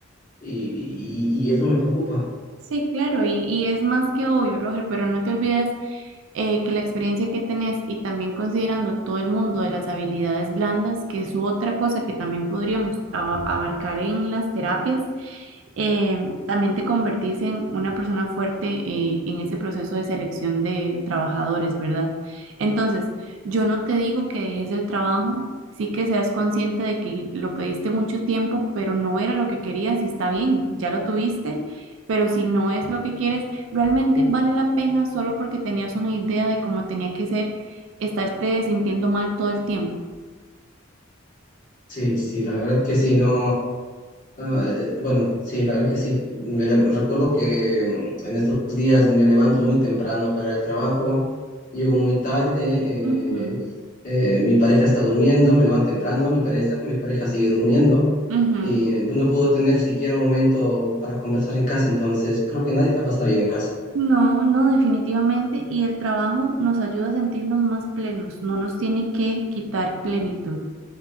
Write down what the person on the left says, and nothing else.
y, y- y eso me preocupa.
Sí, sí, la verdad que sí, no. Ah, eh, bueno, sí, la verdad que sí. Me le- recuerdo que mm, en estos días me levanto muy temprano para ir al trabajo, llego muy tarde,
eh, eh, mi pareja está durmiendo, me levanto temprano, mi pareja, mi pareja sigue durmiendo
y eh, no puedo tener siquiera un momento para conversar en casa, entonces creo que nadie la pasa bien en casa.